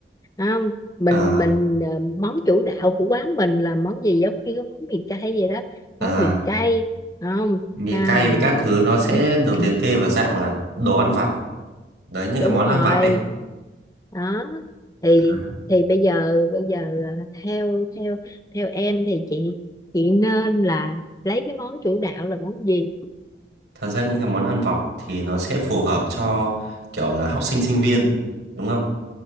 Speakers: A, on the left; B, on the right.
A: phải không mình
B: à,
A: mình ờ, món chủ đạo của quán mình là món gì giống như cái món mì cay vậy đó
B: à
A: món mì cay phải không
B: mì
A: à
B: cay với các thứ nó sẽ
A: <clears throat>
B: được liệt kê vào dạng là đồ ăn vặt đấy những
A: đúng
B: cái món
A: rồi
B: ăn vặt ấy
A: đó thì
B: Đấy.
A: thì bây giờ bây giờ ờ, theo theo theo em thì chị chị nên là lấy cái món chủ đạo là món gì
B: thật ra những cái món ăn vặt thì nó sẽ phù hợp cho kiểu là học sinh sinh viên đúng không